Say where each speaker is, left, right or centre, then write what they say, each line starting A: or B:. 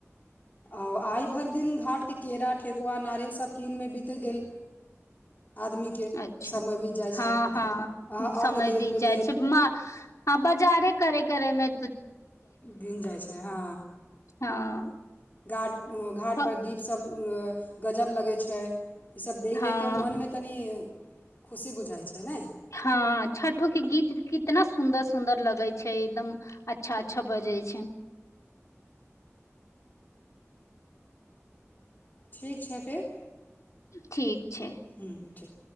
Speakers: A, on the left (about 35°); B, on the left (about 85°).
A: आओ आइ भरि दिन घाटके केरा ठेकुआ नारियलसभ कीनमे बीत गेल आदमीके
B: अच्छा
A: समय बीत जाइ
B: हँ
A: छै
B: हँ
A: अहाँ
B: समय
A: अर्घ्य देब
B: बीत
A: ले-
B: जाइ
A: लेल
B: छै हँ बजारे करे करेमे
A: गिन जाइ छै ह
B: हँ
A: गाट घाट
B: क-
A: पर दीप सब गजब लगै छै ईसब देखि
B: हँ
A: देखे मोन मे तनि खुशी बुझाइ छै ने
B: हँ छठो के गीत कितना सुन्दर सुन्दर लगै छै एकदम अच्छा अच्छा बजै छै
A: ठीक छै फेर
B: ठीक छै
A: ह्म ठीक